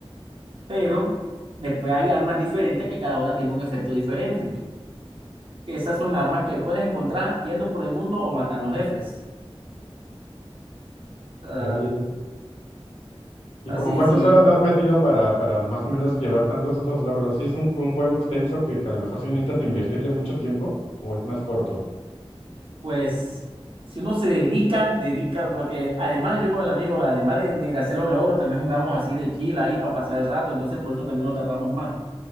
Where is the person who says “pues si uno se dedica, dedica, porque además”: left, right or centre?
Right